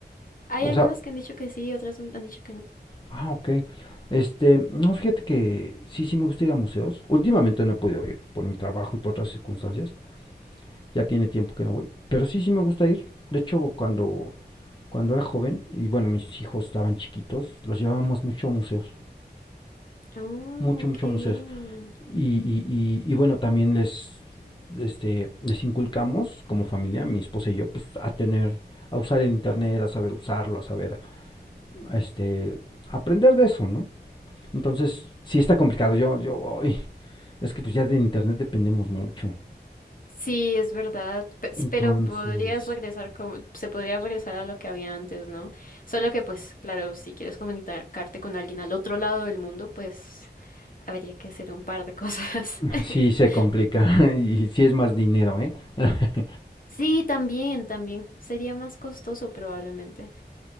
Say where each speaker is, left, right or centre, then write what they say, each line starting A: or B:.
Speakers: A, on the left; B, on the left.
A: hay
B: O
A: algunas
B: sea,
A: que han dicho que sí, otras han dicho que no.
B: Ah, ok. Este, no, fíjate que sí, sí me gusta ir a museos. Últimamente no he podido ir por mi trabajo y por otras circunstancias. Ya tiene tiempo que no voy. Pero sí, sí me gusta ir. De hecho, cuando, cuando era joven, y bueno, mis hijos estaban chiquitos, los llevábamos mucho a museos.
A: Oh,
B: Mucho, mucho
A: qué
B: a museos.
A: bien.
B: Y, y, y, y bueno, también les, este, les inculcamos como familia, mi esposa y yo, pues a tener, a usar el internet, a saber usarlo, a saber, este, aprender de eso, ¿no? Entonces, sí está complicado. Yo, yo, ay, es que pues ya de internet dependemos mucho.
A: Sí, es verdad, pe-
B: Entonces,
A: pero podrías regresar como, se podría regresar a lo que había antes, ¿no? Solo que pues, claro, si quieres comunicarte con alguien al otro lado del mundo, pues habría que hacer un par de cosas.
B: <laughs>
A: <laughs>
B: sí se complica <laughs> y sí es más dinero, ¿eh? <laughs>
A: Sí, también, también. Sería más costoso probablemente.